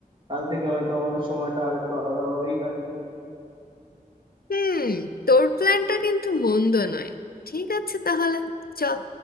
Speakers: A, on the right; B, on the left.
A: কাল থেকে হয়তো আমাদের সময়টা আর একটু আলাদাভাবেই কাটবে
B: হুম তোর প্ল্যানটা কিন্তু মন্দ নয় ঠিক আছে তাহলে চল